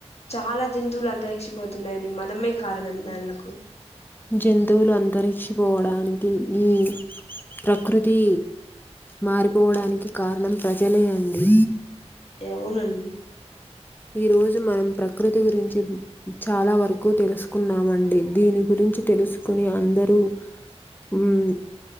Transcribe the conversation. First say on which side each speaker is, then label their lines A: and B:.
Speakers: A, on the left (about 65°); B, on the left (about 15°).
A: చాలా జంతువులు అంతరిక్షపోతున్నాయని మనమే కారణం దానలకు
B: జంతువులు అంతరిక్షపోవడానికి ఈ ప్రకృతి మారిపోవడానికి కారణం ప్రజలే అండి
A: యావునండి
B: ఈ రోజు మనం ప్రకృతి గురించి చాలా వరకు తెలుసుకున్నామండి దీని గురించి తెలుసుకుని అందరూ హామ్